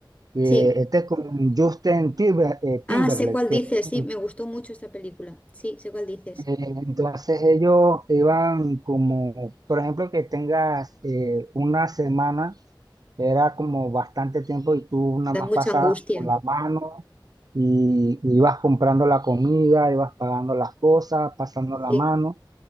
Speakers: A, on the right (about 50°); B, on the left (about 15°).
A: Eh,
B: Sí.
A: este es con Justin Timber- eh,
B: Ah,
A: Timberlake,
B: sé cuál
A: que
B: dices.
A: es
B: Sí, me gustó mucho esta película. Sí, sé cuál dices.
A: Eh, Entonces ellos iban como, por ejemplo, que tengas eh, una semana, era como bastante tiempo y tú nada
B: Da
A: más
B: mucha
A: pasabas
B: angustia.
A: con la mano y y ibas comprando la comida, ibas pagando las cosas, pasando
B: Sí.
A: la mano,